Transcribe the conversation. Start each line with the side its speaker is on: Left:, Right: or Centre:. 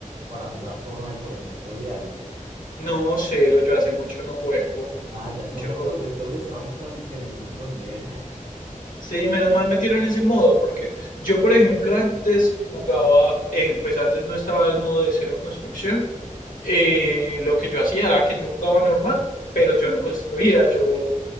Right: para jugar Fortnite, por ejemplo, diario?
Left: No, cero, yo hace mucho no juego.
Right: Ah, ya somos
Left: Yo
Right: dos, entonces estamos casi que en el mismo nivel.
Left: Sí, menos mal metieron ese modo, porque yo, por ejemplo, antes jugaba, eh, pues antes no estaba el modo de cero construcción. Eh, lo que yo hacía era que yo jugaba normal, pero yo no construía, yo